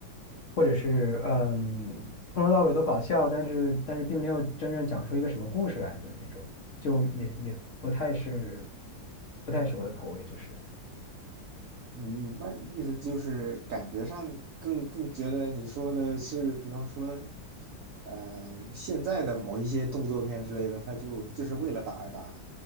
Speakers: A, on the left (about 55°); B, on the right (about 75°).
A: 或者是嗯，从头到尾都搞笑，但是但是并没有真正讲出一个什么故事来的那种，就也也不太是不太是我的口味，就是。
B: 嗯，那意思就是感觉上更更觉得你说的是，比方说，呃，现在的某一些动作片之类的，它就就是为了打而打，